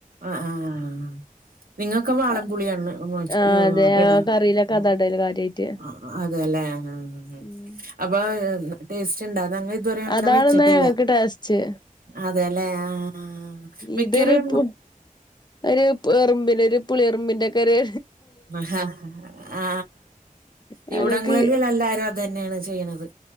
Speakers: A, on the right; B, on the left.
A: ആഹ് ആഹ് നിങ്ങക്ക് വാളംപുളിയാണ്
B: ആഹ്
A: ഒന്ന് വാങ്ങിച്ച യ്യോ
B: അതെ
A: ഹാ
B: ആ
A: ഇടാ <inaudible>
B: കറിയിലൊക്കെ അതാടല് കാര്യായിട്ട്
A: അ അതേലെ ആഹാ
B: ഉം
A: അപ്പൊ ടേസ്റ്റിണ്ടാ അതങ്ങെ ഇതുവരെ അങ്ങനെ
B: അതാണെന്നാ
A: വെച്ചിട്ടില്ല
B: ഞങ്ങക്ക് ടേസ്റ്റ്
A: അതേലെ ആഹാ ആഹാ മിക്കറേം
B: ഇതൊരു പു ഒരു പെറുമ്പിന് ഒരു പുളി എറുമ്പിന്റെക്കെ ഒര്
A: ഹ ആഹാ
B: ഞങ്ങക്ക്
A: ഇവിടങ്ങളിലെല്ലല്ലാരും ദന്നെയാണ് ചെയ്യണത്